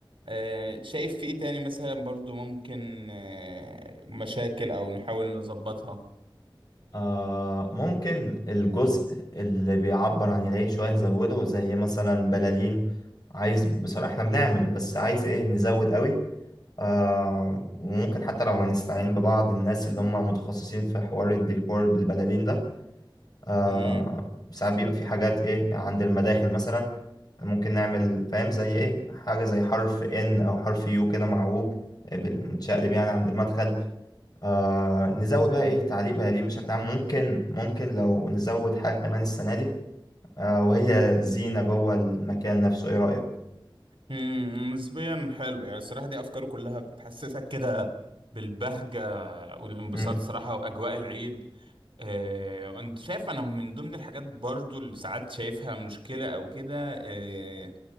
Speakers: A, on the right (about 85°); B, on the left (about 50°).
A: اه، شايف في ايه تاني مثلا برضو ممكن اه، مشاكل او نحاول نظبطها
B: آه ممكن الجزء اللي بيعبر عن العيد شويه نزوده زي مثلا بلالين عايز بصراحه احنا بنعمل بس عايز ايه نزود قوي آه وممكن حتى لو هنستعين ببعض الناس اللي هم متخصصين في حوار الديكور بالبلالين ده آه
A: مم.
B: ساعات بيبقى في حاجات ايه عند المداخل مثلا ممكن نعمل فاهم زي ايه حاجة زي حرف ان او حرف يو كده معوج آه، بال- متشقلب يعني عند المدخل آه نزود بقى ايه تعليق بلالين بشكل عام ممكن ممكن لو نزود حاجة كمان السنة دي آه وهي زينة جوه المكان نفسه ايه رأيك؟
A: امم نسبيا حلو يعني الصراحة دي أفكار كلها بتحسسك كده بالبهجة والانبساط
B: م-
A: صراحة وأجواء العيد آه، وأنت شايف أنا من ضمن الحاجات برضو اللي ساعات شايفها مشكلة أو كده آه،